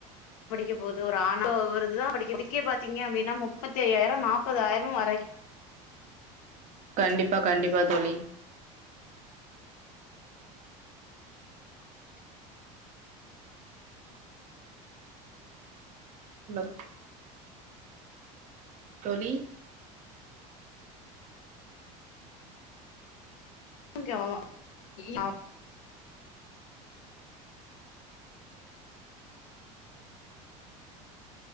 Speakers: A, on the left; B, on the right.
A: படிக்க போதோ ஒரு ஆணா வருதுதா படிக்க இதுக்கே பாத்தீங்கெ அப்டினா முப்பத்தி ஐயாயிரம் நாப்பதாயிரமும் வரைக்க
B: கண்டிப்பா கண்டிப்பா தோழி ந தோழி
A: <unintelligible>